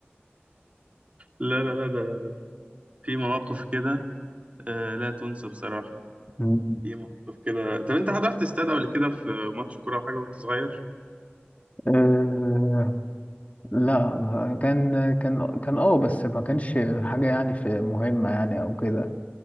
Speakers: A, on the right; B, on the left.
A: لا لا لا ده في مواقف كده آه لا تنسى بصراحة
B: مم.
A: في مواقف كده طب انت حضرت استاد قبل كده في ماتش كورة او حاجة وانت صغير؟
B: أه لا ما- كان كان كان اه بس ما كانش حاجة يعني في مهمة يعني أو كده